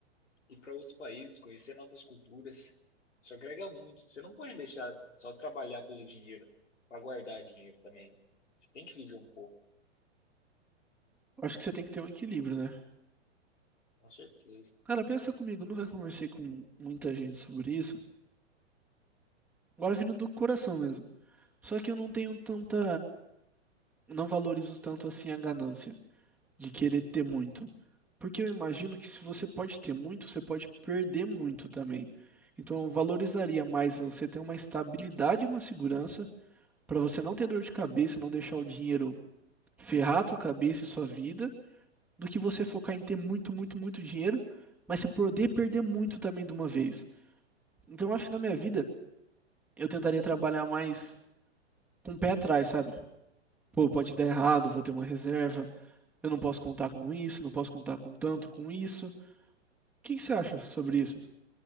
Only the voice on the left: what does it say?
ir para outros países, conhecer novas culturas. Isso agrega muito. Você não pode deixar só trabalhar pelo dinheiro, para guardar dinheiro também. né? Você tem que viver um pouco,
com certeza.